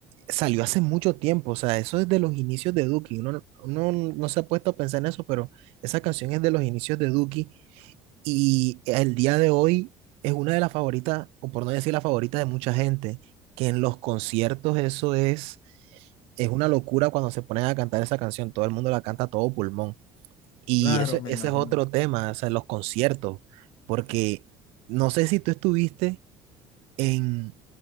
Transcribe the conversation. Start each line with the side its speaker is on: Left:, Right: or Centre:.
Right: salió hace mucho tiempo. O sea, eso es de los inicios de Duki. Uno, no uno no se ha puesto a pensar en eso, pero esa canción es de los inicios de Duki Y el día de hoy es una de las favoritas, o por no decir la favorita de mucha gente, que en los conciertos eso es, es una locura cuando se ponen a cantar esa canción, todo el mundo la canta a todo pulmón. Y
Left: Claro,
Right: ese,
Left: me
Right: ese
Left: imagino.
Right: es otro tema, o sea, los conciertos, porque no sé si tú estuviste en,